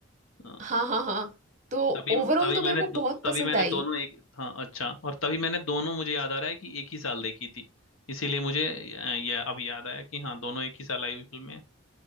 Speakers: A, on the left; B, on the right.
A: हाँ,
B: हाँ हाँ हाँ तो
A: तभी
B: ओवरऑल
A: तभी
B: तो
A: मैंने
B: मेरे को
A: दो-
B: बहुत पसंद
A: तभी मैंने
B: आई
A: दोनों एक हाँ अच्छा और तभी मैंने दोनों मुझे याद आ रहा है कि एक ही साल देखी थी इसीलिए मुझे अ, ये अब याद आया कि हाँ दोनों एक ही साल आई हुई फिल्में